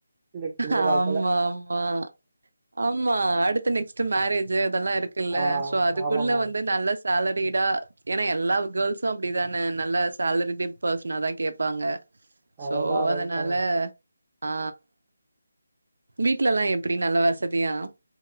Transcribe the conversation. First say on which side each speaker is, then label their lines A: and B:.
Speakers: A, on the right; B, on the right.
A: இந்த இந்த
B: ஆமா
A: காலத்துல
B: ஆமா ஆமா அடுத்து நெக்ஸ்ட் மேரேஜ் அதெல்லாம் இருக்கு இல்ல
A: ஆ
B: சோ அதுக்குள்ள
A: ஆமா மேம்
B: வந்து நல்ல சேலரிடா ஏன்னா எல்லா கேர்ள்ஸம் அப்படிதானே நல்ல சேலரி பெர்சன தான் கேப்பாங்க சோ
A: அததா
B: அதனால
A: ரைட் தா மேம்
B: ஆ வீட்ல எல்லாம் எப்படி நல்ல வசதியா